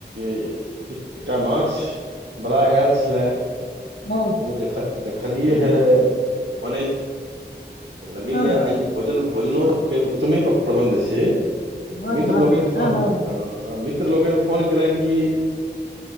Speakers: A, on the right; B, on the left.
A: एकटा माछ बला आयल छलाह
B: हं
A: ओ देखलियै हँ र बनैत तऽ लगैय
B: हँ
A: आइ भोजन भोजनोे के उत्तमे प प्रबन्ध छै
B: माछ
A: मित्र
B: भात
A: लोकनि
B: हेतै
A: फोन
B: सएह ने
A: ह मित्र लोकनि फोन केलनि कि